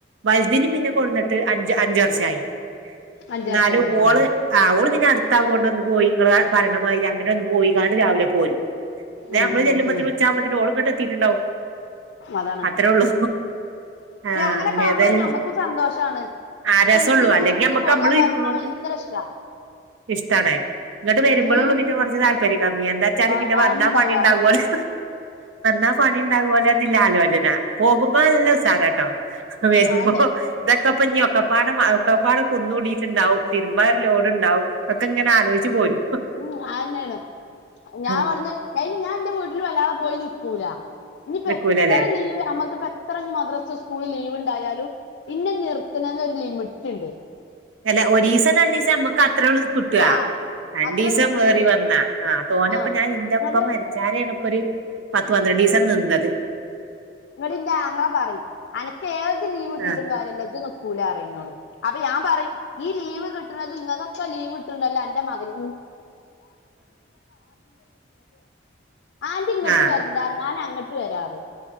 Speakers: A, on the right; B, on the left.
A: വലുതിന് പിന്നെ കൊടുന്നിട്ട് അഞ്ച് അഞ്ച് വർഷമായി
B: അഞ്ച്
A: എന്നാലും
B: വർഷല്ലേ ആഹ്
A: ഓള് ആ ഓള് അടുത്തകോണ്ടന്ന് പോയി നിങ്ങൾ പറിണമായി അങ്ങനെ ഒന്ന് പോയി കാണ്ട് രാവിലെ പോരും
B: ഉം
A: നമ്മള്
B: ഉം
A: ചെല്ലുമ്പത്തിന്
B: ഉം
A: ഉച്ച ആവത്തിന് ഓള് ഇങ്ങേട്ടെത്തിയിട്ടുണ്ടാവും
B: അതാണ്
A: അത്ര ഉള്ളു ആഹ
B: അങ്ങനൊക്കെ ആവുമ്പളെ
A: എന്തയാലും
B: ഞമ്മക്കും സന്തോഷാണ്
A: ആ
B: പക്ഷെ
A: രസം
B: ഇൻക്ക്
A: ഒള്ളൂ
B: ഇന്റെ
A: അല്ലെങ്കി
B: വീട്ട്ക്ക്
A: നമ്മക്ക്
B: പോകാ
A: നമ്മള
B: പറഞ്ഞാ
A: ഇരിക്ക്ണോടത്ത്
B: ഭയങ്കര ഇഷ്ടാ
A: ഇഷ്ട്ടാണ് ഇങ്ങോട്ട്
B: ഉം
A: വരുമ്പോഴേള്ളൂ പിന്നെ കുറച്ച് താല്പര്യ കമ്മി എന്താ വച്ചാല്
B: ആഹ്
A: പിന്നെ
B: ആഹ്
A: വന്നാ
B: ആഹ്
A: പണിണ്ടാവുല്ലോ പണി ഇണ്ടാവല്ലോപിന്നെ ആലോചന പോകുമ്പോ നല്ല ഉസാറാട്ടോ വരുമ്പോ
B: അതെന്നെ
A: ഇ ഇക്ക്പ്പഞ്ഞ ഒക്കൊപ്പാടെ ഒക്കൊപ്പാടെ കുന്നൂടിയിട്ടുണ്ടാവും തിരുമ്പരിലോണ്ടാവും ഇതൊക്കെ അങ്ങനെ ആലോയിച്ച് പോരും
B: ഉം അന്നെയാണ്
A: ആഹ്
B: ഞാൻ ഇവിടെന്ന് അയിന് ഞാൻ എൻന്റെ വീട്ടിൽ വല്ലാതെ പോയി നിക്കു നിക്കു ലാഇനിപ്പോ
A: നിക്കൂലല്ലേ
B: എത്ര ലീവ് നമ്മക്ക് എത്ര മദ്രസ്റ്റ സ്കൂൾ ലീവ് എന്തായാലും എന്നെ നിർത്തണന്ന ഒരു ലിമിറ്റ് ഉണ്ട്
A: അല്ല ഒരിസം രണ്ട് ദിവസം നമ്മുക്ക് അത്രേ ഉള്ളത് കിട്ടുക
B: ആഹ്
A: രണ്ടിസം
B: അത്രന്നെ കിട്ടൊള്ളൂ
A: വേറി വന്ന ആ തോന്നപ്പ
B: ആഹ്
A: ഞാൻ ഇന്റെപ്പ
B: ഇങ്ങട്
A: മരിച്ചാരെണ് ഇപ്പൊ രു പ പത്ത് പന്ത്രണ്ടീസം നിന്നത്
B: ങ്ങള് ന്റെ ആങ്ങളപറയും അനക്ക് ഏത് ലീവ് കിട്ടിട്ടും
A: ആ
B: കാര്യല്ല ജ് നിക്കൂല റിയും എന്നോട് അപ്പൊ ഞാൻ പറയും ഈ ലീവ് കിട്ട ഇപ്പൊ ലീവ് ട്ടുണ്ടല്ലോ അന്റെ മകന് ആദ്യങ്ങട്ട്
A: ആ
B: വരണ്ട ഞാൻ അങ്ങട്ട് വരാറിയും